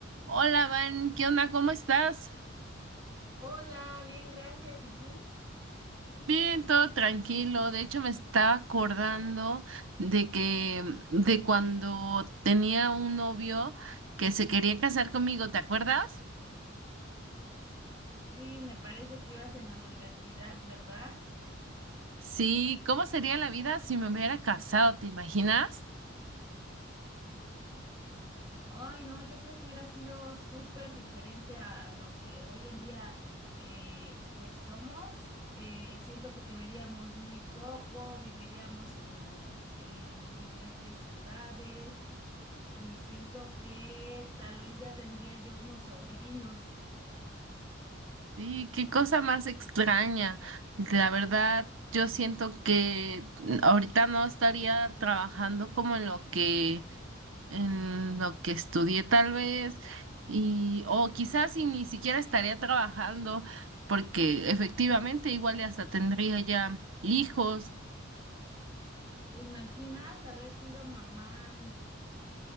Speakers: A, on the right (about 70°); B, on the right (about 20°).
A: Hola, Van, ¿qué onda? ¿Cómo estás?
B: Hola, bien, gracias. ¿Y tú?
A: Bien, todo tranquilo. De hecho, me estaba acordando de que de cuando tenía un novio que se quería casar conmigo, ¿te acuerdas?
B: Sí, me parece que ibas en la universidad, ¿verdad?
A: Sí, ¿cómo sería la vida si me hubiera casado? ¿Te imaginas?
B: Ay, no, yo creo que hubiera sido súper diferente a lo que hoy en día eh, pues somos. Eh, siento que te veríamos muy poco, viviríamos en, en diferentes ciudades y siento que tal vez ya tendría yo unos sobrinos.
A: Sí, qué cosa más extraña. La verdad, yo siento que ahorita no estaría trabajando como en lo que en lo que estudié tal vez, y o quizás si ni siquiera estaría trabajando, porque efectivamente igual y hasta tendría ya hijos.
B: ¿Te imaginas haber sido mamá?